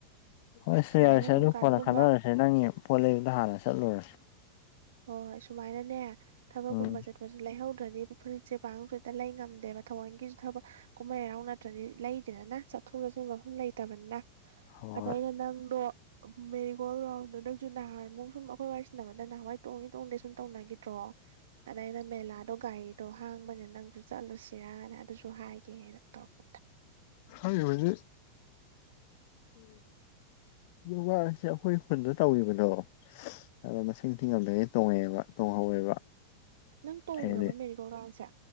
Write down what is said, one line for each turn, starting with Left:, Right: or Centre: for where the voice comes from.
Left: ꯍꯣꯏꯁꯨ
Right: ꯁꯨꯃꯥꯏꯅ
Left: ꯌꯥꯔꯁꯦ
Right: ꯁꯨꯝ
Left: ꯑꯗꯨ
Right: ꯀꯥꯟꯒꯨꯝꯕ
Left: ꯀꯣꯟꯅ ꯈꯟꯅꯔꯁꯦ ꯅꯪꯒꯤ ꯄꯣꯠ ꯂꯩꯕꯗ ꯍꯥꯟꯅ ꯆꯠꯂꯨꯔꯁꯤ
Right: ꯍꯣꯏ ꯍꯣꯏ ꯁꯨꯃꯥꯏꯅꯅꯦ ꯊꯕꯛꯀꯨꯝꯕ
Left: ꯎꯝ
Right: ꯆꯠꯄ ꯁꯨ ꯂꯩꯍꯧꯗ꯭ꯔꯗꯤ ꯐꯨꯔꯤꯠꯁꯦ ꯄꯥꯡꯁꯨ ꯍꯦꯛꯇ ꯂꯩ ꯉꯝꯗꯦꯕ ꯊꯧꯋꯥꯟꯒꯤꯁꯨ ꯊꯕꯛ ꯀꯨꯝꯍꯩ ꯍꯔꯥꯎ ꯅꯠꯇ꯭ꯔꯗꯤ ꯂꯩꯗꯦꯗꯅ ꯆꯠꯊꯣꯛ ꯆꯠꯁꯤꯟ ꯃꯐꯝ ꯂꯩꯇꯕꯅꯤꯅ
Left: ꯍꯣꯏ
Right: ꯑꯗ ꯑꯩꯅ ꯅꯪꯗꯣ ꯃꯦꯔꯤ ꯒꯣꯜ ꯔꯥꯎꯟ ꯑꯗꯨꯗꯁꯨ ꯅꯍꯥꯟꯃꯨꯛ ꯁꯨꯝ ꯑꯩꯈꯣꯏ ꯋꯥꯔꯤ ꯁꯟꯅꯅꯕꯗ ꯅꯍꯥꯟꯋꯥꯏ ꯇꯣꯡꯉꯤ ꯇꯣꯡꯗꯦ ꯁꯨꯝ ꯇꯧꯅꯈꯤ ꯭ꯔꯣ ꯑꯅꯩꯅ ꯃꯦꯂ ꯑꯗꯣ ꯒꯥꯔꯤꯗꯣ ꯍꯥꯡꯕꯅꯦ ꯅꯪꯁꯨ ꯆꯠꯂꯨꯁꯤꯔꯅ ꯑꯗꯨꯁꯨ ꯍꯥꯏꯒꯦꯅ ꯇꯧꯔꯛꯄ
Left: ꯍꯥꯏ ꯍꯧꯖꯤ ꯌꯣꯒꯥꯁꯦ ꯑꯩꯈꯣꯏ ꯈꯨꯟꯗ ꯇꯧꯔꯤꯕꯗꯣ ꯑꯗꯣ ꯃꯁꯤꯡ ꯊꯤꯡꯉꯝꯗꯒꯤ ꯇꯣꯡꯉꯛꯑꯦꯕ ꯇꯣꯡꯍꯧꯋꯦꯕ
Right: ꯅꯪ ꯇꯣꯡꯈ꯭ꯔꯕ
Left: ꯍꯥꯏꯗꯤ
Right: ꯃꯦꯔꯤꯒꯣ ꯔꯥꯎꯟꯁꯦ